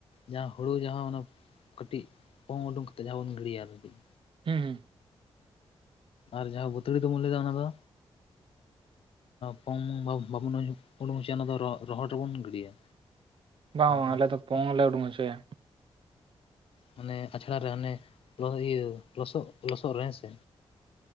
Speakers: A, on the left; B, on the right.
A: ᱡᱟᱦᱟᱸ ᱦᱳᱲᱳ ᱡᱟᱦᱟᱸ ᱚᱱᱟ ᱠᱟᱹᱴᱤᱡ ᱯᱚᱝ ᱩᱰᱩᱝ ᱠᱟᱛᱮ ᱡᱟᱦᱟᱸ ᱵᱚᱱ ᱜᱤᱰᱤᱭᱟ ᱟᱨ ᱠᱟᱹᱴᱤᱡ
B: ᱦᱩᱸ ᱦᱩᱸ
A: ᱟᱨ ᱡᱟᱦᱟᱸ ᱵᱟᱹᱛᱲᱤ ᱫᱚᱵᱚᱱ ᱞᱟᱹᱭ ᱮᱫᱟ ᱚᱱᱟ ᱫᱚ ᱯᱚᱝ ᱡᱚᱝ ᱵᱟ ᱵᱟᱵᱟᱱ ᱦᱩᱰᱩᱝ ᱦᱚᱪᱚᱭᱟ ᱚᱱᱟ ᱨᱚᱦᱚᱲ ᱨᱮᱵᱚᱱ ᱜᱤᱰᱤᱭᱟ
B: ᱵᱟᱝ
A: ᱢᱟᱱᱮ
B: ᱵᱟᱝ ᱟᱞᱮ ᱫᱚ ᱯᱚᱝᱞᱮ ᱳᱰᱳᱝ ᱦᱚᱪᱮᱭᱟ
A: ᱢᱟᱱᱮ ᱟᱪᱲᱟ ᱨᱮ ᱦᱟᱱᱮ ᱞᱚᱦᱚ ᱤᱭᱟᱹ ᱞᱚᱥᱚᱜ ᱞᱚᱥᱚᱫ ᱨᱮ ᱦᱮᱸ ᱥᱮ